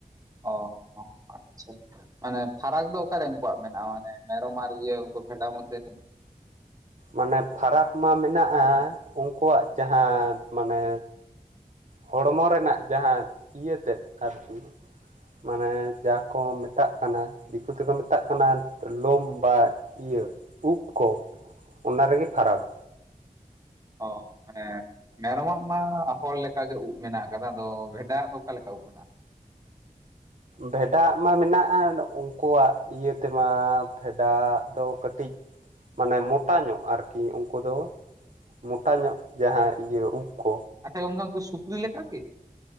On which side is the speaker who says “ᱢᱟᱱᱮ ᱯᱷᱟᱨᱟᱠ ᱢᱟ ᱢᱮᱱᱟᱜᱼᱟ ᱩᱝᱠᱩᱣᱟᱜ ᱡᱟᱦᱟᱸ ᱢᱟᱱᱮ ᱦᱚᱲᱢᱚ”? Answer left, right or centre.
Right